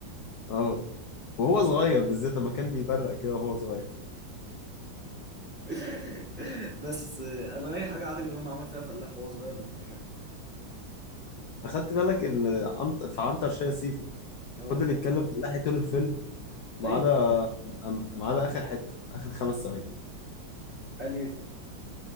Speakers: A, on the left; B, in the centre.
A: اه وهو صغير بالذات لما كان بيبرق كده وهو صغير
B: <laughs> بس آه، انا اي حاجه عادل امام عمل فيها فلاح وهو صغير بتضحكني
A: اخدت بالك ان عنت في عنتر شاي سيفو
B: اه
A: فضل يتكلم في اللحية طول الفيلم ما
B: ايوه
A: عدا أم- ما عدا اخر حتة اخر خمس ثواني
B: قال ايه